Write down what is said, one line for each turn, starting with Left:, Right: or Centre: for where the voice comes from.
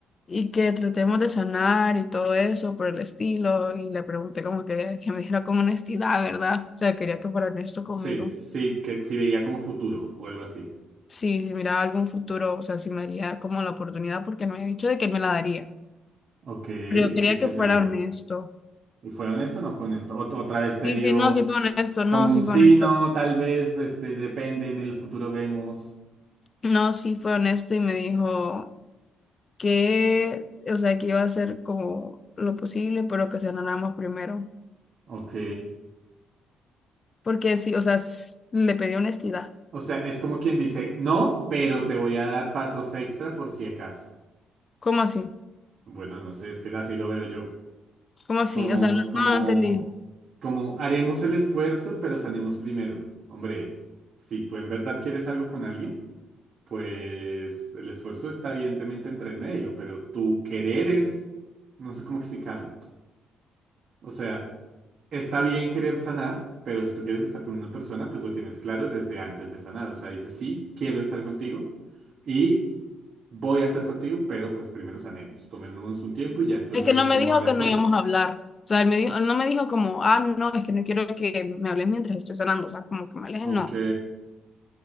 Left: y que tratemos de sanar y todo eso por el estilo y le pregunté como que, que me dijera con honestidad, ¿verdad? O sea, quería que fuera honesto conmigo.
Right: Sí, sí, que si veía como futuro o algo así.
Left: Sí, si miraba algún futuro, o sea, si me daría como la oportunidad porque me había dicho de que me la daría,
Right: Ok, ¿y
Left: pero yo quería
Right: qué
Left: que fuera
Right: te dijo?
Left: honesto.
Right: ¿Y fue honesto o no fue honesto? Ot- otra vez te
Left: Sí,
Right: dio
Left: sí, no, sí fue honesto,
Right: como
Left: no,
Right: un
Left: sí
Right: sí,
Left: fue honesto.
Right: no, tal vez, este, depende, en el futuro vemos.
Left: No, sí fue honesto y me dijo, que, o sea, que iba a hacer como lo posible, pero que se más primero.
Right: Ok.
Left: Porque sí, o sea, s- le pedí honestidad.
Right: O sea, es como quien dice, no, pero te voy a dar pasos extra por si acaso.
Left: ¿Cómo así?
Right: Bueno, no sé, es que así lo veo yo.
Left: ¿Cómo así?
Right: Como,
Left: O sea, no,
Right: como,
Left: no entendí.
Right: como haremos el esfuerzo, pero sanemos primero. Hombre, si tú en verdad quieres algo con alguien, pues el esfuerzo está evidentemente entre el medio, pero tu querer es, no sé cómo explicarlo. O sea, está bien querer sanar, pero si tú quieres estar con una persona, pues lo tienes claro desde antes de sanar. O sea, dices, sí, quiero estar contigo. Y voy a hacer contigo, pero pues primero sanemos. Tomémonos un tiempo y ya después
Left: Es
Right: vemos
Left: que no me
Right: cómo
Left: dijo
Right: van las
Left: que no
Right: cosas.
Left: íbamos a hablar. O sea, él, me dijo, él no me dijo como, ah, no, es que no quiero que me hables mientras estoy sanando. O sea, como que me alejen,
Right: Ok.
Left: no.